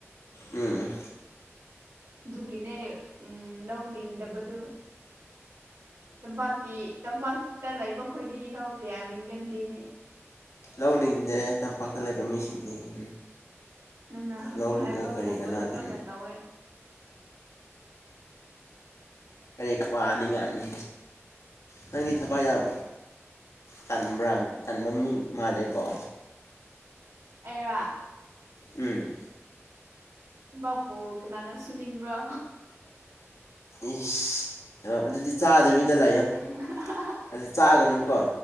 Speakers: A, on the left (about 85°); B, on the right (about 70°).
A: ꯎꯝ
B: ꯑꯗꯨꯒꯤꯅꯦ ꯎꯝ ꯂꯧ ꯂꯤꯡꯗꯕꯗꯨ ꯇꯝꯄꯥꯛꯀꯤ ꯇꯝꯄꯥꯛꯇ ꯂꯩꯕ ꯈꯣꯏꯗꯤ ꯂꯧ ꯀꯌꯥ ꯂꯤꯡꯒꯟꯗꯦꯅꯦ
A: ꯂꯥꯎꯗꯤꯡꯁꯦ ꯇꯝꯄꯥꯛꯇ ꯂꯩꯕ ꯃꯤꯁꯤꯡꯁ ꯎꯝ
B: ꯅꯪꯅ ꯍꯧꯖꯤꯛ
A: ꯂꯧꯂꯤꯉꯒ
B: ꯍꯥꯏꯕꯒꯨꯝꯕꯗꯣ
A: ꯀꯔꯤ ꯀꯅꯥꯗꯅꯣ
B: ꯂꯣꯏꯅ ꯇꯧꯋꯦ
A: ꯀꯔꯤ ꯋꯥꯅꯤꯉꯥꯏꯅꯤ ꯅꯪꯒꯤ ꯊꯕꯛ ꯌꯥꯝ ꯇꯥꯟꯕ꯭ꯔ ꯇꯥꯟꯐꯝꯃꯤ ꯃꯥꯜꯂꯦꯀꯣ
B: ꯑꯩꯔ
A: ꯎꯝ
B: ꯊꯕꯥꯛꯄꯨ ꯀꯅꯥꯅ ꯁꯨꯅꯤꯡꯕ꯭ꯔꯥ
A: ꯏꯁ ꯑꯗꯨꯗꯤ ꯆꯥꯗꯕꯤꯗ ꯂꯥꯛꯦ
B: ꯎ
A: ꯑꯗꯨ ꯆꯥꯛꯒꯅꯨ ꯀꯣ